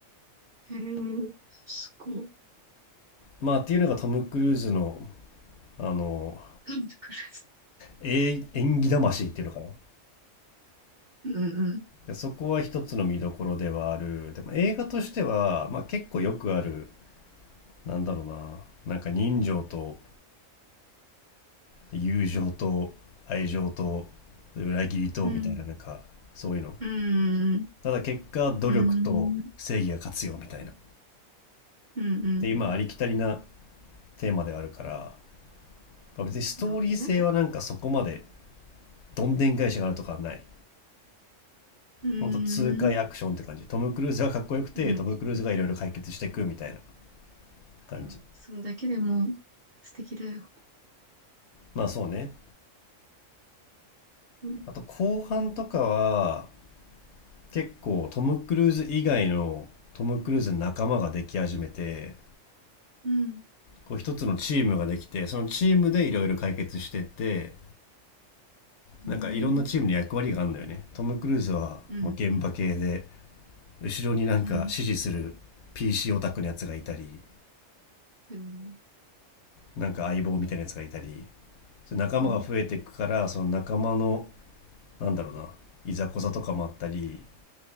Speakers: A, on the right; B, on the left.
A: へえ、すごい。
B: まあっていうのがトム・クルーズの、あの、
A: なんで暮らす
B: え演技魂っていうのかな。
A: うんうん。
B: でそこは一つの見どころではある。でも映画としては、まあ結構よくある、なんだろうな、なんか人情と友情と愛情と裏切りとみたいななんかそういうの
A: うん。うん。うん。
B: ただ結果努力と正義が勝つよみたいな
A: うん。うん。うん。
B: で今ありきたりなテーマであるから、まあ別にストーリー性はなんかそこまで
A: なるほどね。
B: どんでん返しがあるとかはない
A: うーん。
B: ほんと痛快アクションって感じトム・クルーズがかっこよくてトム・
A: うん。
B: クルーズがいろいろ解決していくみたいな感じ
A: いや、それだけでも素敵だよ。
B: まあそうね
A: うん。
B: あと後半とかは結構トム・クルーズ以外のトム・クルーズの仲間ができ始めて
A: うん。
B: こう一つのチームができてそのチームでいろいろ解決してって
A: うん。
B: なんかいろんなチームに役割があるんだよねトム・クルーズはもう現場系で
A: うん。
B: 後ろになんか支持する
A: うん。
B: PC オタクのやつがいたり
A: でも、
B: なんか相棒みたいなやつがいたりそれ仲間が増えていくからその仲間の
A: うん。
B: なんだろうないざこざとかもあったり、